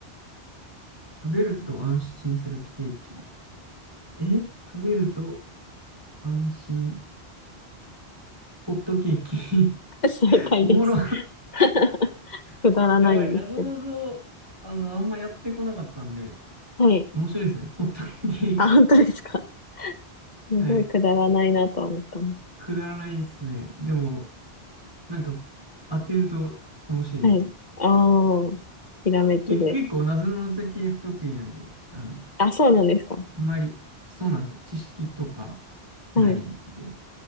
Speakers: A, on the right (about 20°); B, on the left (about 45°).
A: 食べると安心するケーキ。え食べると安心。ホットケーキ。
B: <laughs>
A: <laughs>
B: 正解です。
A: おもろ。
B: <laughs> くだらないんですけど。
A: <laughs> やばい。なぞなぞ、あの、あんまやってこなかったんで、
B: はい。
A: 面白いですね。ホットケーキ。
B: あ、本当ですか。すごいくだらないなと思ったんです。
A: はい。くだらないですね。でも、なんか、当てると楽しいですね。
B: はい。ああ、ひらめきで。
A: で、結構、なぞなぞ系不得意なんで、あの、
B: あ、そうなんですか。
A: あんまり、そうなんですよ。知識とか
B: はい。
A: ないんで、